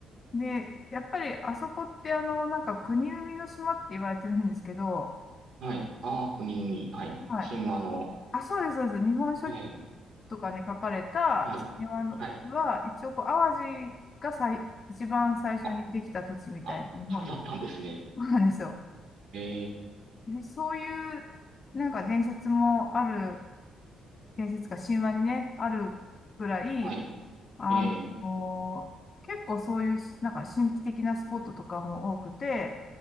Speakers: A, on the left; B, on the right.
A: で、やっぱりあそこってあの、なんか国生みの島って言われてるんですけど、
B: はい。ああ、国々。はい。
A: はい。
B: 神話の。
A: あ、そうです、そうです。日本書紀
B: えー、
A: とかに書かれた島のは、
B: はい。はい。
A: 一応こう、淡路が最、一番最初にできた土地みたいな、
B: あ、あ、
A: 日本で。
B: そうだったんですね。
A: そうなんですよ。
B: えー、
A: ね、そういう、なんか伝説もある、伝説か神話にね、あるぐらい、
B: はい。
A: あの、
B: え
A: 結構そういう、なんか神秘的なスポットとかも多くて、